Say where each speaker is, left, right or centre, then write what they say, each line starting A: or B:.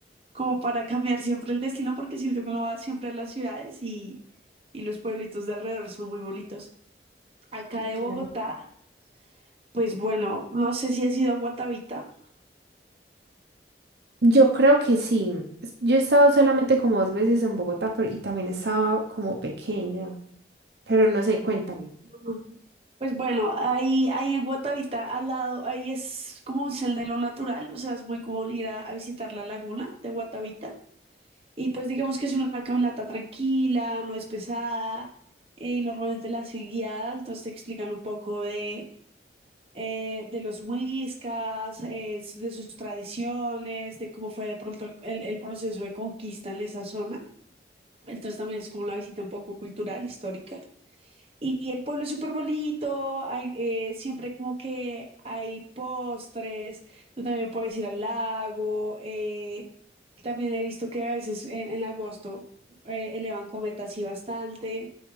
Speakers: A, on the right; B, on the right.
A: como para cambiar siempre el destino, porque siento que uno va siempre a las ciudades y, y los pueblitos de alrededor son muy bonitos. Acá
B: Sí.
A: de
B: claro.
A: Bogotá, pues bueno, no sé si has ido a Guatavita.
B: Yo creo que sí. Es- Yo he estado solamente como dos veces en Bogotá pero- y también estaba como pequeña, pero no sé, cuéntame.
A: Ujú. Pues bueno, ahí, ahí en Guatavita, al lado, ahí es como un sendero natural, o sea, es muy común ir a, a visitar la laguna de Guatavita. Y pues digamos que es una caminata tranquila, no es pesada, eh, y normalmente la hace guiada, entonces te explican un poco de, eh, de los muiscas, eh, de sus tradiciones, de cómo fue de pronto el, el- el proceso de conquista en esa zona. Entonces también es como una visita un poco cultural, histórica. Y el pueblo es súper bonito, hay, eh, siempre como que hay postres, tú también puedes ir al lago, eh, también he visto que a veces en, en agosto eh, elevan cometas y bastante.